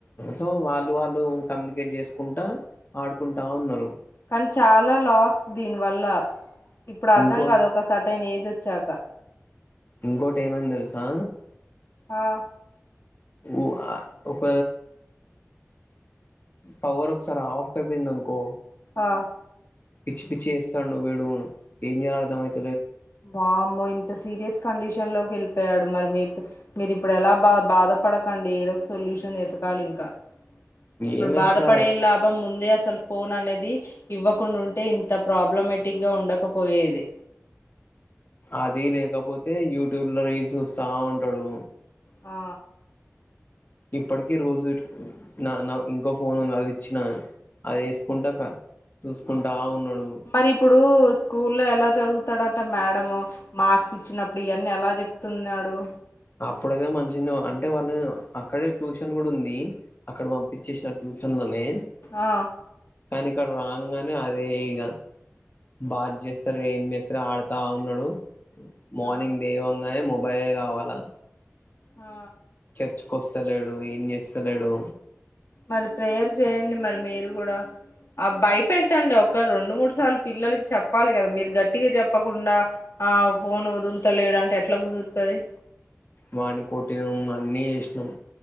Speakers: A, on the left; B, on the left.
A: సో వాళ్ళు వాళ్ళు కమ్యూనికేట్ చేసుకుంటా ఆడుకుంటా ఉన్నారు
B: కానీ చాలా లాస్ దీని వల్ల ఇప్పుడు అర్ధం
A: ఇంకో
B: కాదు ఒక సర్టైన్ ఏజ్ వచ్చాక
A: ఇంకోటి ఏమైంది తెలుసా
B: ఆ
A: ఉ ఆ ఒక పవర్ ఒకసార ఆఫ్ అయిపోయింది అనుకో
B: ఆ
A: పిచ్చి పిచ్చి చేస్తాడు వీడుగుణ ఏం చేయ అర్థం అయితే
B: వామ్మో ఇంత సీరియస్ కండిషన్ లోకి వెళ్ళిపోయ్ ప్పయాడు మరి మీ మీరు ఇప్పుడు ఎలా బా బాధపడకండి ఏదో ఒక సొల్యూషన్ ఎతకాలి ఇంకా ఇప్పుడు
A: ఏం ఎతకాలే
B: బాధపడెం లాభం ముందే అసలు ఫోన్ అనేది ఇవ్వకుండా ఉంటే ఇంత ప్రాబ్లమటిక్ గా ఉండకపోయేది
A: అది లేకపోతే యూట్యూబ్ లో రీల్ చూస్తా ఉంటాడు
B: ఆ
A: ఇప్పటికి రోజు నా నా ఇంకో ఫోన్ ఉంది అది ఇచ్చినా అది వేసుకుంటా చూసుకుంటా ఉన్నాడు
B: మరి ఇప్పుడు స్కూల్లో ఎలా చదువు తడట మేడము మార్క్స్ ఇచ్చినప్పుడు ఇవన్నీ ఎలా చెప్ తున్నాడు
A: అప్పుడదో మంచిగా అంటే వాళ్ళ అక్కడే ట్యూషన్ కూడా ఉంది అక్కడ పంపించేసిన ట్యూషన్ లోనే
B: ఆ
A: కానీ ఇక్కడ రాంగానే అదే ఇగా బాత్ చేస్తారు ఏం చేస్తారు ఆడతా ఉన్నాడు మార్నింగ్
B: ఆ
A: లేవాంగానే ము అబ్బాయే కావాలా
B: ఆ
A: లంచ్ కొస్తలేడు ఏం చేస్తలేడు
B: మరి ప్రేయర్ చేయండి మరి మీరు కూడా ఆ భయపెట్టండి ఒక్క రెండు మూడు సార్లు పిల్లలకి చెప్పాలి కదా మీరు గట్టిగా చెప్పకుండా ఆ ఫోన్ వదులుతలేడు అంటే ఎట్లా కుదురుతది
A: వాని కొట్టినం అన్నీ చేసినాం